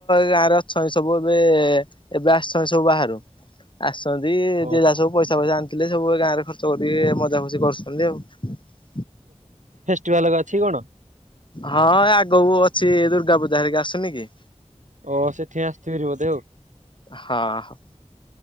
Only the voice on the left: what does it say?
ଗାଁରେ ଅଛନ୍ତି ସବୁ ଏବେ ଏବେ ଆସିଛନ୍ତି ସବୁ ବାହାରୁ। ଆସିଚନ୍ତି
ଯିଏ ଯାହା ସବୁ ପଇସା ଫଇସା ଆଣିଥିଲେ ସବୁ ଗାଁରେ ଖର୍ଚ ଚୋରି ମଜା ମସ୍ତି କରୁଚନ୍ତି ଆଉ।
ହଁ ଆଗକୁ ଅଛି ଦୁର୍ଗା ପୂଜା ହେରିକା ଆସୁନି କି।
ହଁ,